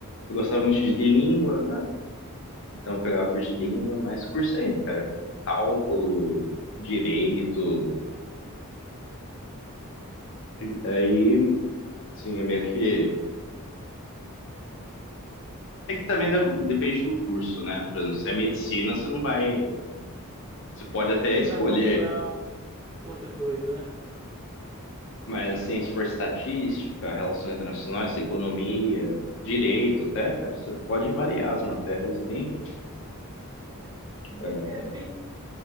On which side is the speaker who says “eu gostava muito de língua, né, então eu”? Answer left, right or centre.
Left